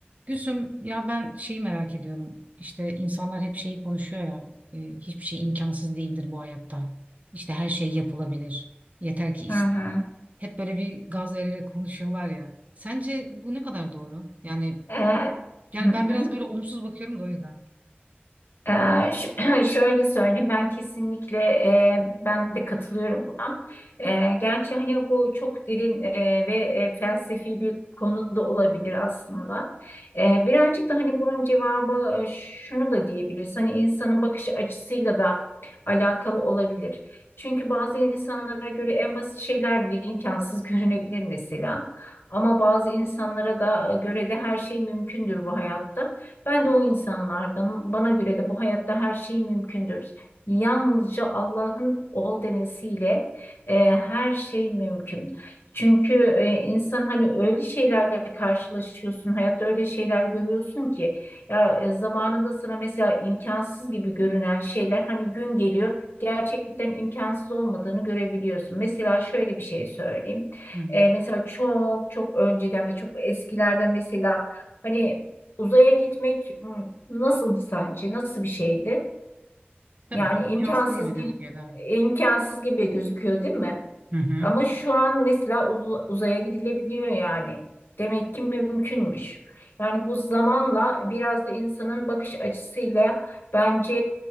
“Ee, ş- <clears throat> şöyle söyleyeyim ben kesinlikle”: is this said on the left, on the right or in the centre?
Left